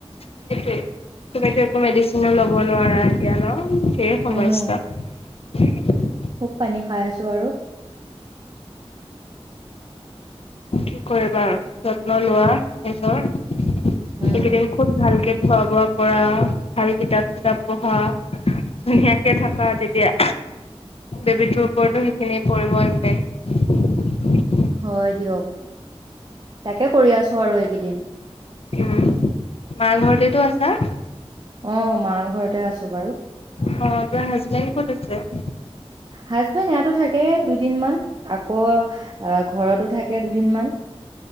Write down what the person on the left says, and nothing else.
সেইটোৱে। তুমিতো একো মেডিচিনো লব নোৱাৰা এতিয়া ন? ধেৰ
সমস্যা <unintelligible>
কি কৰিবা আৰু যত্ন লোৱা নিজৰ
একিদিন খুব ভালকে‌ খোৱা বোৱা কৰা, ভাল কিতাপ চিতাপ পঢ়া, ধুনীয়াকে থাকা তেতিয়া বেবীটোৰ ওপৰতো সেইখিনি পৰিব ইম্পেক্ট।
উম মাৰ ঘৰতেটো আছা
অ তোমাৰ হাজবেণ্ড ক'ত আছে?